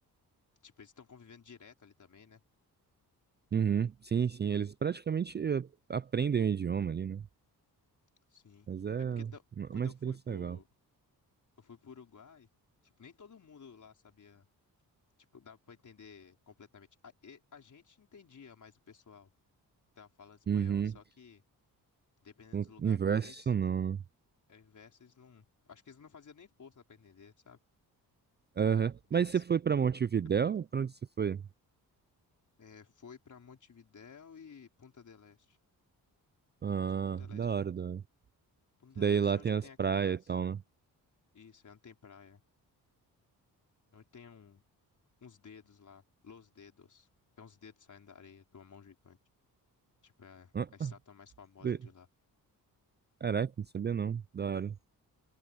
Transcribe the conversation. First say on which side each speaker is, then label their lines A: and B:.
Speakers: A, on the left; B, on the right.
A: Tipo, eles estão convivendo direto ali também, né?
B: Uhum, sim, sim, eles praticamente eh, aprendem o idioma ali, né?
A: Sim.
B: Mas é
A: É porque da-
B: uma
A: quando
B: uma
A: eu
B: experiência
A: fui pro.
B: legal.
A: Eu fui pro Uruguai, tipo, nem todo mundo lá sabia. Tipo, dava pra entender completamente. A, e- a gente entendia mais o pessoal que tava falando espanhol,
B: Uhum,
A: só que dependendo
B: o
A: dos lugares
B: inverso
A: lá, eles,
B: não, né?
A: ao invés, eles não. Acho que eles não faziam nem força pra entender, sabe?
B: Aham.
A: Deve
B: Mas
A: ser.
B: você foi pra Montevidéu
A: Dependendo.
B: ou pra onde você foi?
A: É, foi pra Montevidéu e Punta del Este. Fui
B: Ah,
A: mais Punta del
B: da
A: Este.
B: hora, da hora.
A: Punta
B: Daí
A: del Este
B: lá
A: é
B: tem
A: onde
B: as
A: tem
B: praias
A: aquelas.
B: e tal,
A: Isso, é onde tem praia. É Onde tem um- uns dedos lá. Los dedos. Tem uns dedos saindo da areia, de uma mão gigante. Tipo, é
B: né?
A: a estátua mais famosa
B: Doido.
A: de lá.
B: Caraca, não sabia não. Da hora.